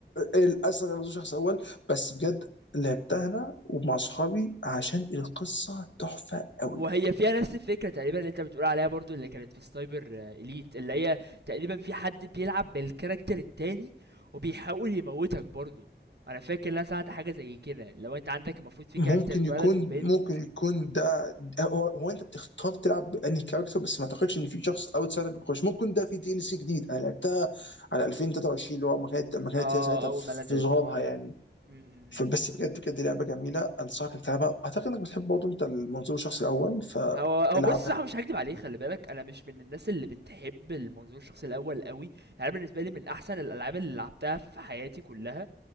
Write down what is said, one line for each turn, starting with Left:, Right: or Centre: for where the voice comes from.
Left: للاسف هي منظور شخص اول بس بجد لعبتها انا ومع اصحابي عشان القصه تحفه قوي
Right: وهي فيها نفس الفكره تقريبا اللي انت بتقول عليها برضو اللي كانت في سنايبر اليت اللي هي تقريبا في حد بيلعب بالكاركتر التاني وبيحاول يموتك برضو انا فاكر ان انا سمعت حاجه زي كده لو انت عندك المفروض في
Left: ممكن
Right: كاركتر بلد
Left: يكون
Right: وبنت
Left: ممكن يكون ده ده- هو هو انت بتختار تلعب انهي كاركتر بس ما اعتقدش ان في شخص اوتسايدر بيخش ممكن ده في دي ال سي جديد انا لعبتها على 2023 اللي هو ما كانت ما كانت
Right: آه
Left: هي ساعتها
Right: أول ما نزلت
Left: في ظهورها
Right: إمم.
Left: يعني
Right: إمم، إمم، إمم.
Left: فبس بجد بجد لعبه جميله انصحك انك تلعبها اعتقد انك بتحب برضه انت المنظور الشخص الاول فالعبها
Right: هو هو بُص هو مش هاكدب عليك خلّي بالك، أنا مش من الناس اللي بتحب المنظور الشخصي الأول أوي، يعني أنا بالنسبة لي من أحسن الألعاب اللي لعبتها في حياتي كلّها